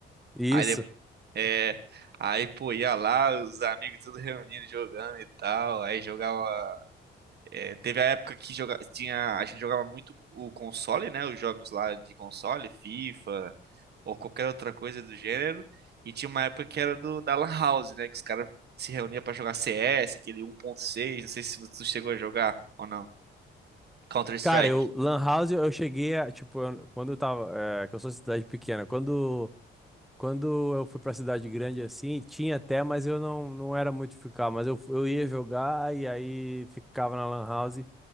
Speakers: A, in the centre; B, on the right (about 55°).
A: Isso.
B: Aí depois. É, aí, pô, ia lá, os amigos tudo reunindo, jogando e tal. Aí jogava. É, teve a época que joga... tinha... a gente jogava muito o console, né? Os jogos lá de console, FIFA ou qualquer outra coisa do gênero. E tinha uma época que era do da Lan House, né? Que os caras se reuniam pra jogar CS, aquele 1.6. Não sei se tu chegou a jogar ou não. Counter-Strike,
A: Cara, eu, Lan House, eu cheguei a, tipo, eu- quando eu tava, é, que eu sou de cidade pequena, quando Quando eu fui pra cidade grande assim, tinha até, mas eu não, não era muito ficar. Mas eu, fu- eu ia jogar e aí ficava na Lan House e